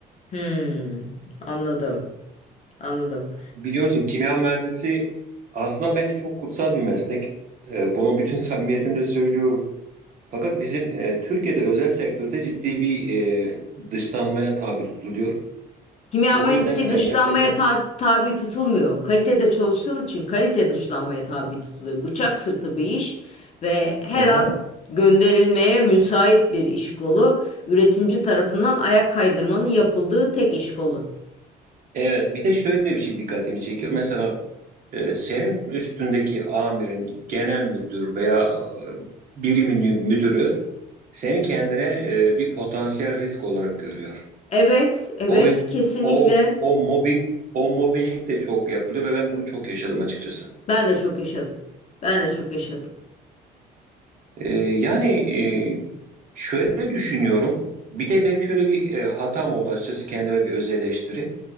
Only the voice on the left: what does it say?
Hmm, anladım, anladım.
Kimya
mühendisi
dışlanmaya
ta- tabi tutulmuyor. Kalitede çalıştığın için kalite dışlanmaya tabi tutuluyor. Bıçak sırtı bir iş ve her
an gönderilmeye müsait bir iş kolu. Üretimci tarafından ayak kaydırmanın yapıldığı tek iş kolu.
Evet, evet,
kesinlikle
ben de çok yaşadım. Ben de çok yaşadım.